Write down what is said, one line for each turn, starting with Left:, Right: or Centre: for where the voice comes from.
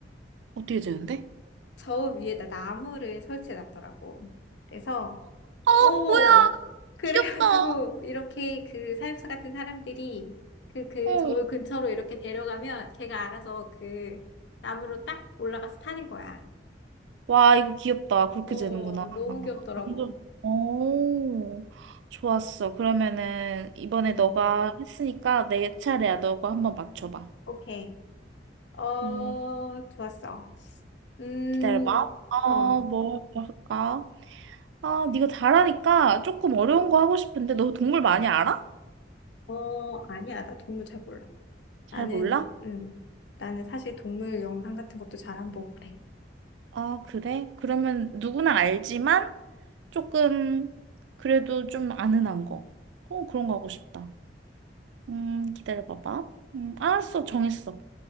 Right: 어떻게 되는데?
Left: 저 위에다 나무를 설치해 놨더라고. 그래서
Right: 어,
Left: 오,
Right: 뭐야?
Left: 그래가지고,
Right: 귀엽다.
Left: 이렇게 그 사육사 같은 사람들이 그, 그
Right: 어.
Left: 저울 근처로 이렇게 데려가면 걔가 알아서 그 나무로 딱 올라가서 타는 거야.
Right: 와, 이거 귀엽다. 그렇게
Left: 오,
Right: 되는구나.
Left: 너무 귀엽더라고.
Right: 완전, 오, 좋았어. 그러면은 이번에
Left: 음,
Right: 너가 했으니까 내 차례야. 너가 한번 맞춰봐.
Left: 오케이. 어,
Right: 음,
Left: 좋았어. 음,
Right: 기다려봐.
Left: 어,
Right: 어, 뭐 할까? 아, 네가 잘하니까 조금 어려운 거 하고 싶은데 너 동물 많이 알아?
Left: 어, 아니야. 나 동물 잘 몰라.
Right: 잘
Left: 나는,
Right: 몰라?
Left: 음, 나는 사실 동물 영상 같은 것도 잘 안 보고 그래.
Right: 아, 그래? 그러면 누구나 알지만 조금 그래도 좀 아는 한 거. 어, 그런 거 하고 싶다. 음, 기다려봐봐. 음, 알았어. 정했어.